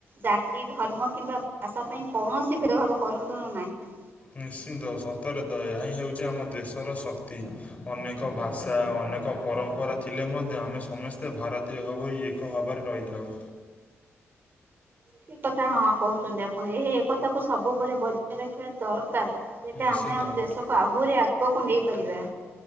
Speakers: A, on the right; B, on the left.
A: ଜାତି ଧର୍ମ କିମ୍ବା ଭାଷା ପାଇଁ କୌଣସି ଭେଦଭାବ କରନ୍ତୁ ନାହିଁ।
B: ନିଶ୍ଚିନ୍ତ ସତରେ ତ ଏହା ହିଁ ହେଉଚି ଆମ ଦେଶର ଶକ୍ତି। ଅନେକ ଭାଷା ଅନେକ ପରମ୍ପରା ଥିଲେ ମଧ୍ୟ ଆମେ ସମସ୍ତେ ଭାରତୀୟ ଭାବ ହୋଇ ଏକ ଭାବରେ ରହିଥାଉ।
A: ଠିକ କଥା ହଁ କହୁଛନ୍ତି ଆପଣ। ଏହି ଏକତାକୁ ସବୁବେଳେ ବଜାୟ ରଖିବା ଦରକାର। ତେବେ
B: ନିଶ୍ଚିନ୍ତ
A: ଆମେ ଆମ
B: ଭାବରେ
A: ଦେଶକୁ ଆହୁରି ଆଗକୁ ନେଇପାରିବା।